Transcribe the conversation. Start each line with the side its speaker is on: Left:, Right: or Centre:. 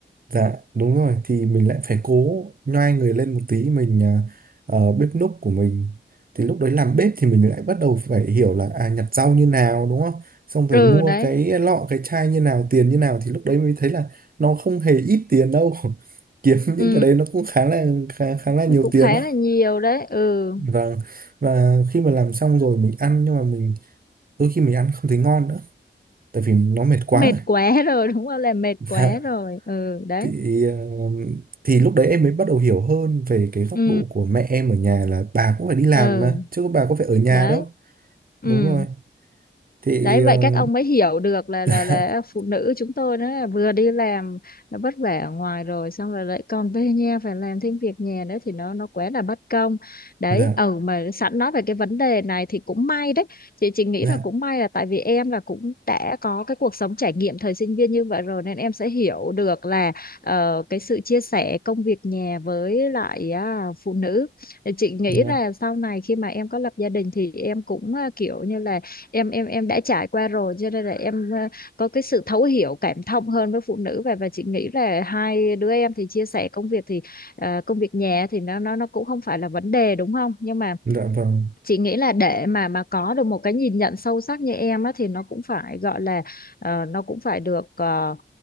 Right: Dạ đúng rồi thì mình lại phải cố nhoai người lên một tí mình à, ờ, bếp núc của mình thì lúc đấy làm bếp thì mình lại bắt đầu phải hiểu là à nhặt rau như nào đúng không xong rồi
Left: ừ
Right: mua
Left: đấy
Right: cái lọ cái chai như nào tiền như nào thì lúc đấy mới thấy là nó không hề ít tiền đâu <laughs> kiếm
Left: ừ
Right: những cái đấy nó cũng khá là khá, khá là nhiều
Left: cũng
Right: tiền
Left: khá
Right: đó
Left: là nhiều đấy ừ
Right: vâng và khi mà làm xong rồi mình ăn nhưng mà mình đôi khi mình ăn không thấy ngon nữa tại vì nó mệt quá
Left: mệt quá <laughs> rồi đúng không là mệt
Right: rồi
Left: quá rồi
Right: <laughs>
Left: ừ đấy
Right: thì ờ, thì lúc đấy em mới bắt đầu hiểu hơn về cái góc
Left: ừ
Right: độ của mẹ em ở nhà là bà cũng phải đi làm
Left: ừ
Right: mà chứ có bà có phải ở nhà
Left: đấy
Right: đâu
Left: ừ
Right: đúng rồi thì
Left: đấy vậy
Right: ờ,
Left: các ông mới hiểu được là
Right: <laughs>
Left: là là phụ nữ chúng tôi nó là vừa đi làm nó vất vả ở ngoài rồi xong rồi lại còn về nhà phải làm thêm việc nhà nữa thì nó nó quá là bất công đấy
Right: dạ
Left: ừ mà sẵn nói về cái vấn đề này thì cũng may đấy chị chị nghĩ
Right: dạ
Left: là cũng may là tại vì em là cũng đã có cái cuộc sống trải nghiệm thời sinh viên như vậy rồi nên em sẽ hiểu được là ờ, cái sự chia sẻ công việc nhà với lại à, phụ nữ thì chị nghĩ
Right: dạ
Left: là sau này khi mà em có lập gia đình thì em cũng à, kiểu như là em em em đã trải qua rồi cho nên là em ờ, có cái sự thấu hiểu cảm thông hơn với phụ nữ và và chị nghĩ là hai đứa em thì chia sẻ công việc thì ờ, công việc nhà thì nó nó nó cũng không phải là vấn đề đúng không nhưng mà
Right: dạ vâng
Left: chị nghĩ là để mà mà có được một cái nhìn nhận sâu sắc như em á thì nó cũng phải gọi là ờ, nó cũng phải được ờ,